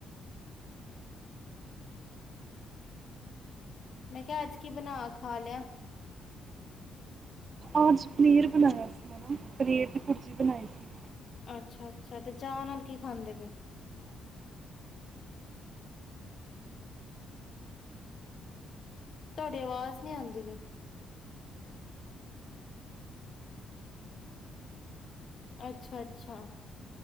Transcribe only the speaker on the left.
ਮੈਂ ਕਿਹਾ ਅੱਜ ਕੀ ਬਣਾ ਖਾ ਲਿਆ
ਅੱਛਾ ਅੱਛਾ ਤੇ ਚਾਹ ਨਾਲ ਕੀ ਖਾਂਦੇ ਪਓ ਤੁਹਾਡੀ ਆਵਾਜ਼ ਨਹੀਂੀ ਆਉਂਦੀ ਵੀਈ ਅੱਛਾ ਅੱਛਾ